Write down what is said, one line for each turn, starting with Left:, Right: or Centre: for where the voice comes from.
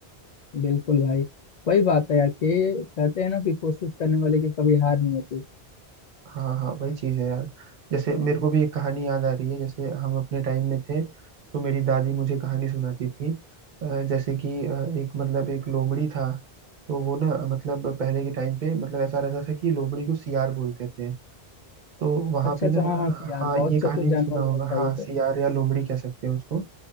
Left: बिल्कुल भाई वही बात है यार कि कहते हैं ना कि कोशिश करने वाले की कभी हार नहीं होती
Right: हाँ हाँ वही चीज है यार जैसे मेरे को भी एक कहानी याद आ रही है जैसे हम अपने टाइम में थे तो मेरी दादी मुझे कहानी सुनाती थी अ, जैसे कि अ, एक मतलब एक लोमड़ी था तो वो ना मतलब पहले के टाइम पे मतलब ऐसा रहता था कि लोमड़ी को सियार बोलते थे तो वहां
Left: अच्छा
Right: पे
Left: अच्छा
Right: ना
Left: हाँ हाँ से यार
Right: हाँ
Left: बहुत
Right: ये कहानी
Left: चतुर जानवर
Right: भी सुना होगा
Left: भी होता
Right: हाँ
Left: है ये तो
Right: सियार या लोमड़ी कह सकते हैं उसको